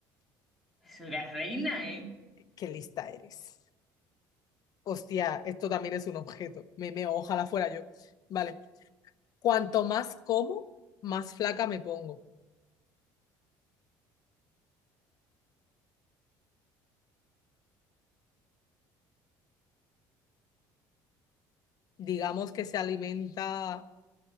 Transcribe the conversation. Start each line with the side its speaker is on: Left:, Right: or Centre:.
Centre: Soy la reina, ¿eh?
Left: qué lista eres. Hostia, esto también es un objeto. Me meo, ojalá fuera yo. Vale. Cuanto más como, más flaca me pongo. Digamos que se alimenta